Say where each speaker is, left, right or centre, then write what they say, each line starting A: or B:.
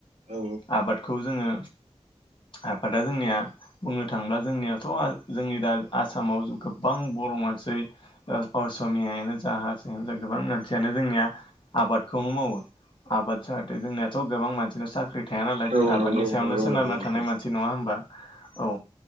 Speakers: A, on the right (about 70°); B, on the left (about 45°).
A: औ
B: आबादखौ जोङो आबादा जोंनिया बुंनो थाङोब्ला जोंनियाथ' जोंनि दा आसामाव गोबां बर' मानसै असमियानो जा हारसायानो जा गोबां मान सियानो जोंनिया आबादखौनो मावो। आबाद जाहाथे जोंनियाथ' गोबां मानसिनाव साख्रि थाया नालाय
A: औ
B: जों आबादनि
A: नंगौ
B: सायावनो
A: नंगौ
B: सोनारना
A: नंगौ नोंथां
B: थानाय मानसि नङा होनबा। औ